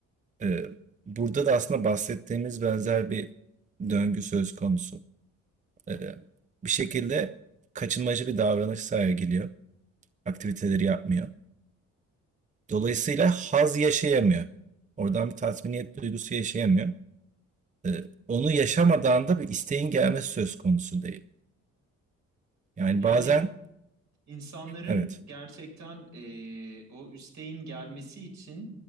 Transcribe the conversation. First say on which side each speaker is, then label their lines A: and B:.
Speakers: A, on the right (about 25°); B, on the right (about 70°).
A: Ee, Burada da aslında bahsettiğimiz benzer bir döngü söz konusu. Ee, Bir şekilde kaçınmacı bir davranış sergiliyor. aktiviteleri yapmıyor. Dolayısıyla haz yaşayamıyor. Oradan bir tatminiyet duygusu yaşayamıyor. Ee, onu yaşamadan da bir isteğin gelmesi söz konusu değil. Yani
B: Yani
A: bazen
B: insanların
A: evet
B: gerçekten eee, o üsteğin gelmesi için